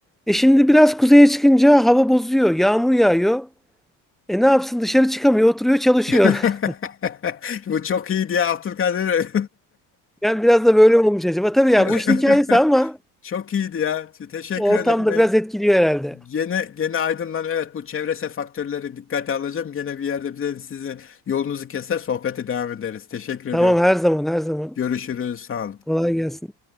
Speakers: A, in the centre; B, on the left.
A: E şimdi biraz kuzeye çıkınca hava bozuyor yağmur yağıyor. E ne yapsın dışarı çıkamıyor oturuyor çalışıyor.
B: <laughs>
A: <laughs>
B: Bu çok iyi diye Abdülkadir.
A: Yani biraz da böyle mi olmuş acaba. Tabii yani
B: <laughs>
A: bu işin hikayesi ama
B: Çok teşekkür
A: ortamda
B: ederim. Ben
A: biraz etkiliyor herhalde.
B: gene ben evet faktörleri dikkate alacağım. Gene bir yerde bize sizin yolunuzu keser sohbete devam ederiz. Teşekkür ediyorum.
A: Tamam her zaman her zaman.
B: Görüşürüz. Sağ olun.
A: Kolay gelsin.